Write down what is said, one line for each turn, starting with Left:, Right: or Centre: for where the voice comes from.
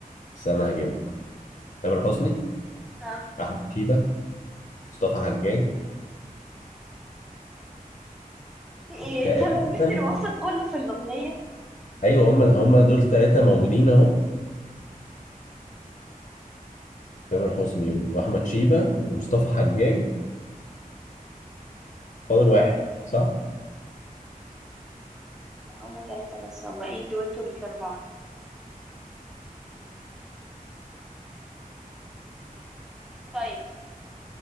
Left: بس انا هجاوب تامر حسني
Centre: ها
Left: احمد شيبة مصطفى حجاج
Centre: في ايه
Left: تقريبا
Centre: <laughs> انت لميت الوسط كله في الاغنيه
Left: ايوه هم هم دول ثلاثه موجودين اهو تامر حسني واحمد شيبة ومصطفى حجاج فاضل واحد صح
Centre: لا هما ثلاثه بس هما ايه الدويتو اللي في اربعه ده؟ طيب